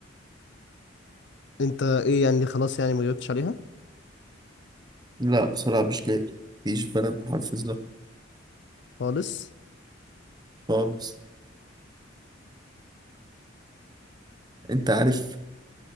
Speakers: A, on the left; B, on the right.
A: انت ايه يعني خلاص يعني ما جاوبتش عليها
B: لا بصراحة مش لاقي مفيش بلد بحرف الظهر
A: خالص
B: خالص أنت عارف